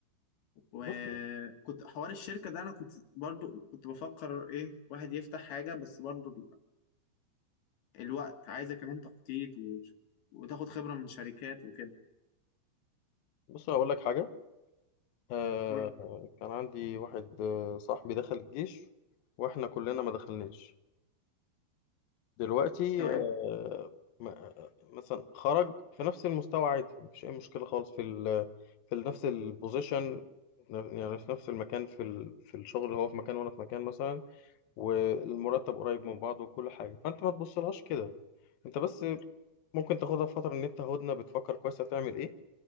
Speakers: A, on the left; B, on the left.
A: وكنت
B: بص
A: حوار الشركة ده أنا كنت برضو كنت بفكر إيه واحد يفتح حاجة بس برضو الوقت عايزة كمان تخطيط و... وتاخد خبرة من شركات وكده
B: بص هقول لك حاجة آه
A: قول
B: كان عندي واحد آه، صاحبي دخل الجيش واحنا كلنا ما دخلناش دلوقتي
A: تمام
B: آه م- مثلا خرج في نفس المستوى عادي مفيش أي مشكلة خالص في ال في نفس البوزيشن يعني في نفس المكان في ال في الشغل اللي هو في مكان وانا في مكان مثلا والمرتب قريب من بعض وكل حاجة فانت ما تبصلهاش كده انت بس ممكن تاخدها في فترة ان انت هدنة بتفكر كويس هتعمل ايه